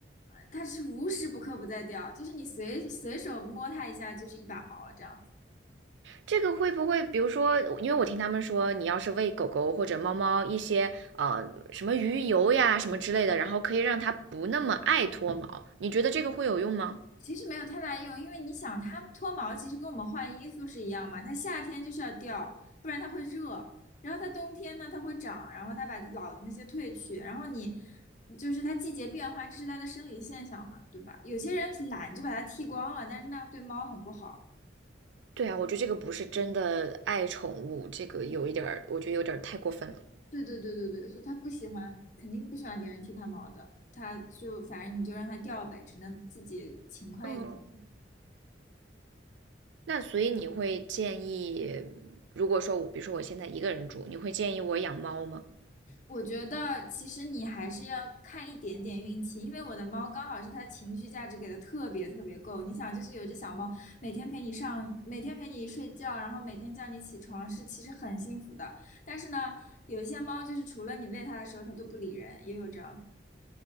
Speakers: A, on the left; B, on the right.
A: 它是无时不刻不在掉，就是你随随手摸它一下就是一把毛这样子。
B: 这个会不会，比如说，因为我听他们说，你要是喂狗狗或者猫猫一些呃什么鱼油呀什么之类的，然后可以让它不那么爱脱毛，你觉得这个会有用吗？
A: 其实没有太大用，因为你想，它脱毛其实跟我们换衣服是一样嘛，它夏天就是要掉，不然它会热。然后它冬天呢，它会长，然后它把老的那些褪去，然后你就是它季节变化，这是它的生理现象嘛，对吧？有些人懒就把它剃光了，但是那样对猫很不好。
B: 对啊，我觉得这个不是真的爱宠物，这个有一点儿，
A: 嗯，
B: 我觉得有点儿太过分了。
A: 对对对对对，所以它不喜欢，肯定不喜欢别人剃它毛的，它就反正你就让它掉呗，只能自己勤快一点。
B: 嗯，那所以你会建议，如果说我，比如说我现在一个人住，你会建议我养猫吗？
A: 我觉得其实你还是要看一点点运气，因为我的猫刚好是它情绪价值给的特别特别够。你想，就是有只小猫，每天陪你上，每天陪你睡觉，然后每天叫你起床，是其实很幸福的。但是呢，有些猫就是除了你喂它的时候，它都不理人，也有这样的。